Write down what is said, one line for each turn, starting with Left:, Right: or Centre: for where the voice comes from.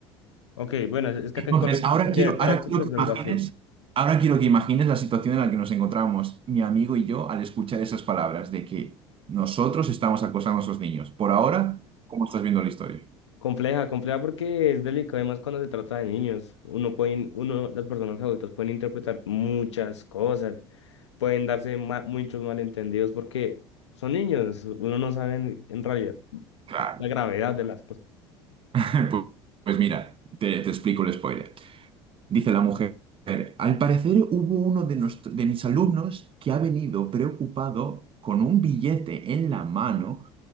Left: Ok, bueno, es es que
Right: Entonces,
Left: acá en Colombia,
Right: ahora
Left: directora
Right: quiero, ahora
Left: de curso
Right: quiero
Left: es
Right: que
Left: algo
Right: imagines,
Left: así.
Right: ahora quiero que imagines la situación en la que nos encontramos mi amigo y yo al escuchar esas palabras de que nosotros estamos acosando a esos niños. Por ahora, ¿cómo estás viendo la historia?
Left: Compleja, compleja porque es delicado, además cuando se trata de niños. Uno pueden, uno, las personas adultas pueden interpretar muchas cosas, pueden darse ma- muchos malentendidos porque son niños, uno no sabe en, en realidad
Right: Claro.
Left: la gravedad de las cosas.
Right: <laughs> Pues, pues mira, te, te explico el spoiler. Dice la mujer, al parecer hubo uno de, nuestro- de mis alumnos que ha venido preocupado con un billete en la mano